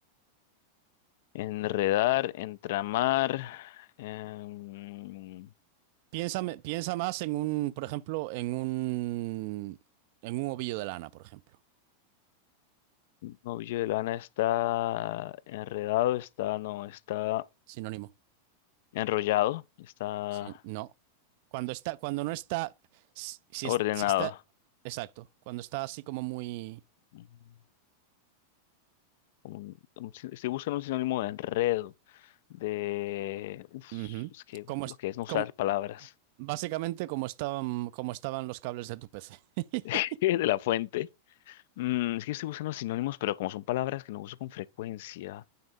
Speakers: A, on the left (about 55°); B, on the right (about 45°).
A: Enredar, entramar. em,
B: piénsame- piensa más en un, por ejemplo, en un, en un ovillo de lana, por ejemplo.
A: novio de lana está enredado, está, no, está
B: Sinónimo.
A: enrollado, está
B: Sí, no. Cuando está, cuando no está, si, si
A: ordenado.
B: es- si está, exacto, cuando está así como muy,
A: Mm, como un- un sin- estoy buscando un sinónimo de enredo, de... uf,
B: ujú,
A: es que
B: Como, es-
A: lo que es no usar
B: como,
A: palabras
B: básicamente como estaban, como estaban los cables de tu PC. <laughs>
A: <laughs> de la fuente. Mm, es que estoy buscando sinónimos, pero como son palabras que no uso con frecuencia,